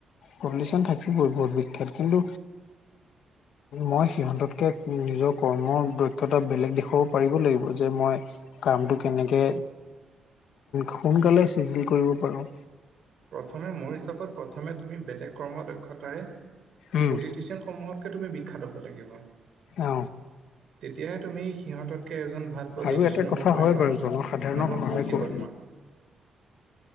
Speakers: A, on the left; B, on the right.
A: কন্দিচন থাকিবই বহুত বিখ্যাত কিন্তু মই সিহঁততকে নিজৰ কৰ্মৰ দ্যক্ষতা বেলেগ লিখোৱাব পাৰিব লাগিব যে মই কামটো কেনেকে সোনকালে চিজিল কৰিব পাৰোঁ
B: প্ৰথমে মোৰ হিচাপত প্ৰথমে তুমি বেলেগ কৰ্ম দক্ষতাৰে
A: উম
B: পলিটিচিয়ানসমূহতকে তুমি বিখ্যাত হ'ব লাগিব
A: অ
B: তেতিয়াহে তুমি সিহঁততকে এজন ভাল পডিডিশ্যন
A: আৰু এটা কথা
B: হ'ব পাৰিবা
A: হয় বাৰু জনসাধাৰণক
B: নহবা
A: সহায়
B: ভোট দিব
A: কৰোঁ উ
B: তোমাক